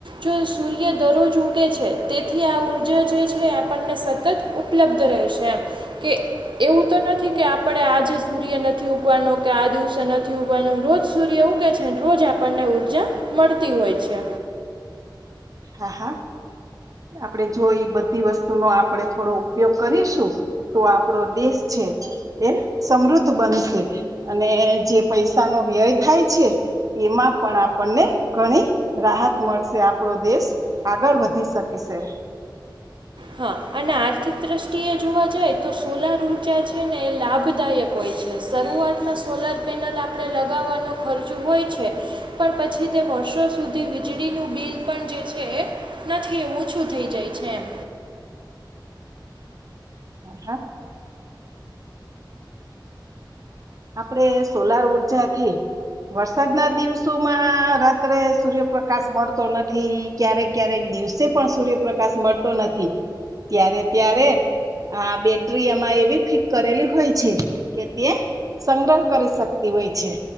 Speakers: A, on the right (about 80°); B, on the right (about 45°).
A: જો સૂર્ય દરરોજ ઉગે છે તેથી આ ઉર્જા જે છે આપને સતત ઉપલબ્ધ રહેશે એમ કે એવું તો નથી કે આપણે આજે સૂર્ય નથી ઉગવાનો કે આ દિવસે નથી ઉગવાનો રોજ સૂર્ય ઉગે છે રોજ આપણને ઉર્જા મળતી હોય છે
B: હા હા આપડે જોઈ બધી વસ્તુ નો આપણે થોડો ઉપયોગ કરીશું તો આપડો દેશ છે એ સમૃદ્ધ બનશે અને જે પૈસાનો વ્યય થાય છે એમાં પણ આપણને ઘણી રાહત મળશે આપણો દેશ આગળ વધી શકે છે
A: હા અને આર્થિક દ્રષ્ટિએ જોવા જાય તો સોલાર ઉઊર્જા છે ને એ લાભદાયક હોય છે શરૂઆતમાં સોલાર પેનલ આપણે લગાવવાનો ખર્ચો હોય છે પણ પછી તે વર્ષો સુધી વીજળીનું બિલ પણ જે છે એ નથી એ ઓછું થઈ જાય છે એમ
B: હા હા આપણે સોલાર ઉર્જાથી વરસાદ ના દિવસોમાં રાત્રે સૂર્યપ્રકાશ મળતો નથી ક્યારેક ક્યારેક દિવસે પણ સૂર્યપ્રકાશ મળતો નથી ત્યારે ત્યારે આ બેટરી એમાં એવી ફિક કરેલી હોય છે કે તે સંગ્રહ કરી શકતી હોય છે